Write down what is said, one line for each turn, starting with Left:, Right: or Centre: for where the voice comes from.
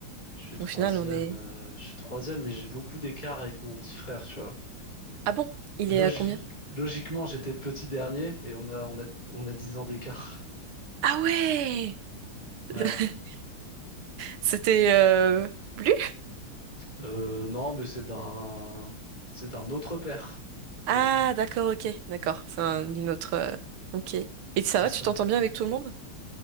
Left: Je suis troisième,
Right: Au final, on est...
Left: euh, je suis troisième, mais j'ai beaucoup d'écart avec mon petit frère, tu vois.
Right: Ah bon? Il
Left: Logi-
Right: est à combien?
Left: Logiquement, j'étais le petit dernier, et on a, on a, on a dix ans d'écart. <laughs>
Right: Ah ouais!
Left: Ouais.
Right: <laughs> C'était... Euh... Bleu?
Left: Euh, non, mais c'est d'un, c'est d'un autre père. Voilà,
Right: Ah, d'accord, ok. D'accord. C'est un- une autre... euh, Ok. Et ça
Left: c'est
Right: va,
Left: ça.
Right: tu t'entends bien avec tout le monde?